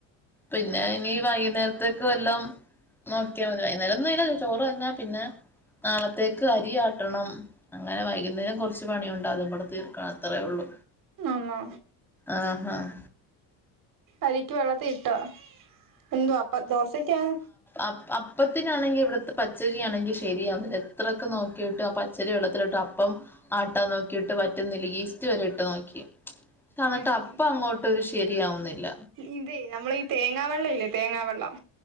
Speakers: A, in the centre; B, on the right.
A: പിന്നെ ഇനി വൈകുന്നേരത്തേക്ക് വല്ലം നോക്കിയ മതി വൈനേരന്നും ഇല്ല ചോറ് തന്നാ പിന്നെ നാളത്തേക്ക് അരിയാട്ടണം അങ്ങനെ വൈകുന്നേരം കുറച്ച് പണിയുണ്ട് അതും കൂടെ തീർക്കണം അത്രേ ഉള്ളൂ
B: ആണോ
A: ആഹ് ആഹ്
B: അരിക്ക് വെള്ളത്തിട്ടോ എന്തുവാ അപ്പ ദോശക്കാണ്
A: അ അപ്പത്തിനാണെങ്കി ഇവിടുത്തെ പച്ചരിയാണെങ്കി ശരിയാവുന്നില്ല എത്രൊക്കെ നോക്കിട്ട് ആഹ് പ ച്ചരി വെള്ളത്തിലിട്ട് അപ്പം ആട്ടാൻ നോക്കിട്ട് പറ്റുന്നില്ല ഈസ്റ്റ് വരെട്ട് നോക്കി അന്നട്ട്
B: ആ
A: അപ്പം അങ്ങോട്ട് ഒരു ശരിയാവുന്നില്ല
B: ഇതെ നമ്മളെ ഈ തേങ്ങാവെള്ളം ഇല്ലേ തേങ്ങാവെള്ളം